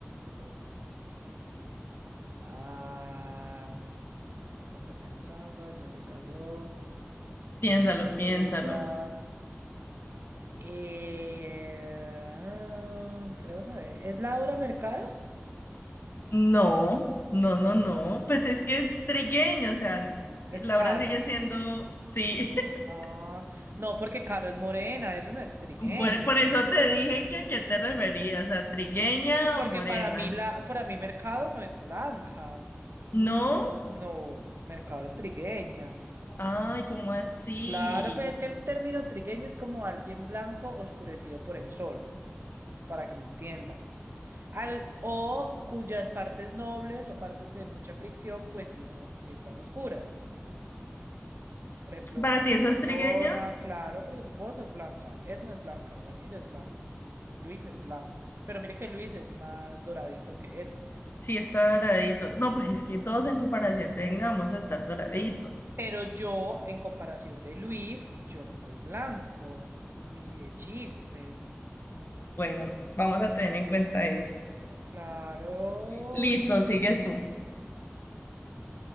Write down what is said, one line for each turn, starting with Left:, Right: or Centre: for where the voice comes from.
Right: Ok. Ah, está en Sapeando Zapas, ya se graduó.
Left: Piénsalo,
Right: Misma estatura.
Left: piénsalo.
Right: Eh, ah, creo saber. ¿Es Laura Mercado?
Left: No, no, no, no. Pues es que es trigueño, o sea, Laura
Right: Es caro.
Left: sigue siendo, sí. <laughs>
Right: Ah, no, porque Caro es morena, eso no es trigueño.
Left: Bueno, por eso te dije que a qué te referías, a trigueña
Right: Porque
Left: o morena.
Right: para mí la, para mí Mercado no es blanca.
Left: No,
Right: No, Mercado es trigueña.
Left: ay, ¿cómo así?
Right: Claro, pues es que el término trigueño es como alguien blanco oscurecido por el sol, para que me entienda. Al, o cuyas partes nobles o partes de mucha fricción, pues sí son, sí están oscuras. Por ejemplo,
Left: ¿Para
Right: mi
Left: ti eso
Right: persona,
Left: es trigueño?
Right: claro, porque vos sos blanca, Edna es blanca, Daniel es blanco, Luis es blanco. Pero mire que Luis es más doradito que Edna.
Left: Sí, está doradito. No, pues es que todos en comparación tenga, vamos a estar doraditos.
Right: Pero yo, en comparación de Luis, yo no soy blanco, ni de chiste.
Left: Bueno, vamos a tener en cuenta eso.
Right: Claro.
Left: Listo, sigues tú.